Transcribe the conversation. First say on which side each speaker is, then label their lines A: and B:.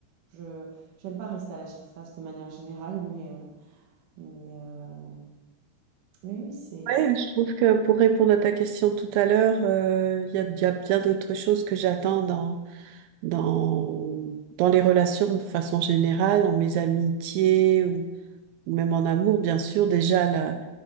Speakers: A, on the right; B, on the right.
A: Je, j'aime pas rester à la surface de manière générale, mais, euh, mais, euh, mais oui, c'est,
B: Ouais,
A: c'est-
B: je trouve que pour répondre à ta question tout à l'heure, euh, il y a, il y a bien d'autres choses que j'attends dans, dans, dans les relations de façon générale, dans mes amitiés ou, ou même en amour, bien sûr. Déjà, la,